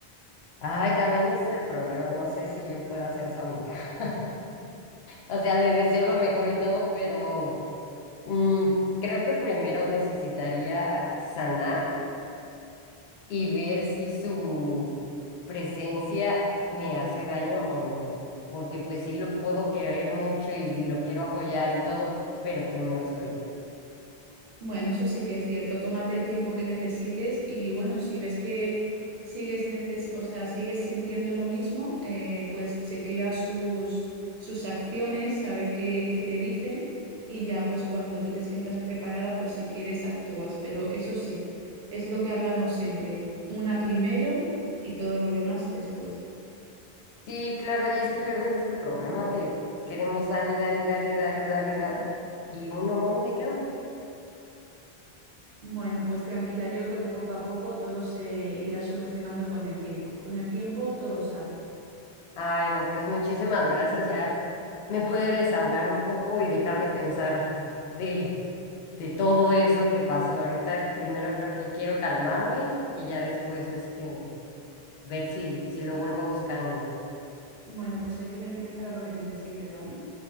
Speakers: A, on the left (about 80°); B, on the right (about 85°).
A: Ay, también ese es el problema, no sé si yo pueda ser su amiga. <laughs> O sea, le deseo lo mejor y todo, pero mm, creo que primero necesitaría sanar y ver si su presencia me hace daño o no. Porque pues sí lo puedo querer mucho y lo quiero apoyar y todo, pero primero estoy yo.
B: Bueno, eso sí que es cierto. Tómate el tiempo que necesites y bueno, si ves que sigues neces- o sea, sigues sintiendo lo mismo, eh, pues chequea sus, sus acciones, a ver qué, qué te dicen y ya pues cuando tú te sientas preparada, por si quieres, actúas. Pero eso sí, es lo que hablamos siempre. Una primero y todo lo demás después.
A: Sí, claro, y es que luego ese es el problema que queremos dar y dar y dar y dar y dar y dar. ¿Y uno dónde queda?
B: Bueno, pues tranquila, yo creo que poco a poco todo se irá solucionando con el tiempo. Con el tiempo todo sale.
A: Ay, no, pues muchísimas gracias. Ya me pude desahogar un poco y dejar de pensar de, de todo eso que pasó. Ahorita primero creo que quiero calmarme y ya después este ver si, si lo vuelvo a buscar o no.
B: Bueno, pues aquí me tienes para lo que necesites, ¿vale?